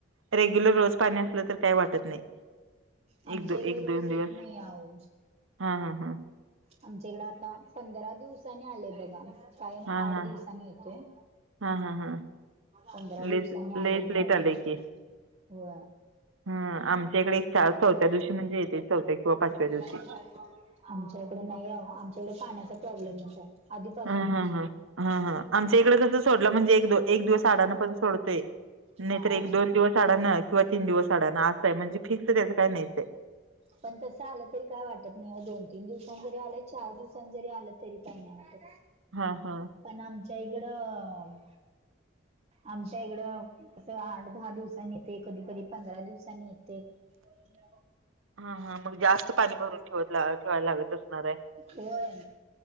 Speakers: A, on the right; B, on the right.
A: रेग्युलर रोज पाणी असलं तर काही वाटत नाही.
B: आमच्या
A: एक दो
B: इकडे
A: एक
B: रोज
A: दोन दिवस
B: येत नाही आहो.
A: हा हां हां.
B: आमच्या इकडें आता पंधरा दिवसानी आलेय बघा कायम
A: हा
B: आठ
A: हा
B: दिवसानी येतोय.
A: हा हा हा.
B: पंधरा
A: लेस
B: दिवसानी आलेली
A: लेस लेट
B: ह वेळ
A: आलंय की
B: हो.
A: हा आमच्या इकडे एक चार चौथ्या दिवशी म्हणजे येते चौथ्या किंवा पाचव्या
B: री
A: दिवशी
B: लाग बाहेर मग आमच्याकडे नाही आ आमच्याकडे पाण्याचा प्रॉब्लेमच आहे. आधीपासूनच.
A: ह ह ह ह ह आमच्या इकडें कसं? सोडला म्हणजे एक एक दिवस अडां पण सोडतोय
B: हा
A: नाहीर एक दोन दिवस अडाणं. किंवा तीन दिवस अडा ना असं आहे म्हणजे फिक्स त्याचं काय नाहीच आहे.
B: पण तसं आलं तरी काय वाटत नाही दोन तीन दिवसां जरी आलं चार दिवसां जरी आलं तरी काही नाही वाटत.
A: हा हा.
B: पण आमच्या इकडं आमच्या इकडं क आठ दहा दिवसांनी येते कधी कधी पंधरा दिवसांनी येते. ते
A: हा हा मग जास्त पाणी भरून ठेवत ठेवायला लागत असणार आहे.
B: होय